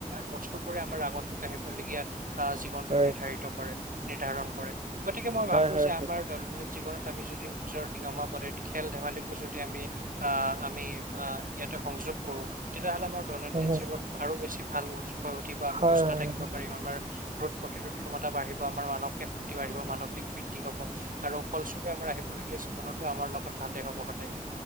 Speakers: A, on the right; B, on the right.
A: বস্তু বোৰে আমাৰ আগন্তুক আহিবলগীয়া আহ জীৱনটো
B: হয়
A: নিৰ্ধাৰিত কৰে নিৰ্ধাৰণ কৰে গতিকে মই ভাবো
B: হয় হয়
A: যে আমাৰ দৈনন্দিন জীৱনত আমি যদি নিজৰ নিয়মাৱলীত খেল ধেমালিকো যদি আমি আহ আমি আহ ইয়াত সংযোগ কৰো তেতিয়াহ'লে আমাৰ দৈনন্দিন
B: হয় হয় হয়
A: জীৱন আৰু বেছি ভাল হৈ উঠিব আমি
B: হয়
A: সুস্থ
B: হয়
A: থাকিব পাৰিম আমাৰ ৰোগ প্ৰতিৰোধ ক্ষমতা বাঢ়িব, আমাৰ মানসিক শক্তি বাঢ়িব, মানসিক বৃদ্ধি হব, আৰু ফলস্বূপে আমাৰ আহিবলগীয়া জীৱনত টো আমাৰ লগত ভালে হ'ব সদায়।